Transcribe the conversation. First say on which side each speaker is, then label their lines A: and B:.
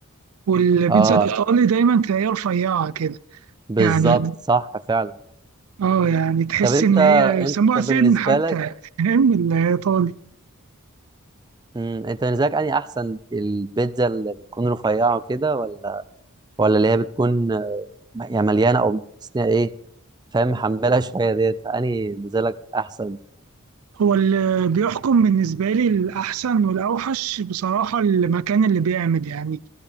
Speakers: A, on the right; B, on the right.
A: والبيتزا
B: آه
A: الايطالي دايما تلاقيها رفيعه كده
B: بالظبط
A: يعني
B: صح فعلا
A: اه يعني تحس
B: طب أنت
A: ان هي بيسموها
B: أنت بالنسبة
A: سن حتى
B: لك
A: <laughs> فاهم الايطالي
B: مم، أنت بالنسبة لك أنهي أحسن البيتزا اللي بتكون رفيعة وكده ولا ولا اللي هي بتكون آه، يعني مليانه او بس ايه فاهم محملها شويه ديت فاني نزلك احسن
A: هو اللي بيحكم بالنسبة لي الأحسن والأوحش بصراحة المكان اللي بيعمل يعني